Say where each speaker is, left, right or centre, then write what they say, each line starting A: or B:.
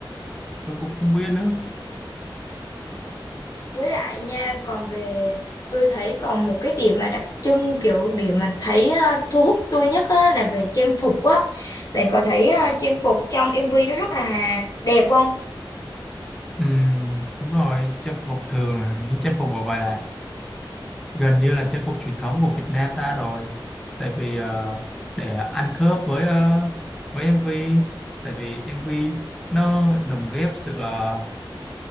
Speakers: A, in the centre; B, on the left (about 45°).
A: tôi cũng không biết nữa
B: Với lại nha, còn về tôi thấy còn một cái điểm mà đặc trưng kiểu điểm mà thấy ờ, thu hút tôi nhất á, là về trang phục á. Bạn có thấy ờ, trang phục trong MV nó rất là đẹp không?
A: Ừm, đúng rồi trang phục thường là những trang phục gọi là gần như là trang phục truyền thống của Việt Nam ta rồi tại vì ờ, để ăn khớp với ờ, với MV tại vì MV nó lồng ghép sự ờ,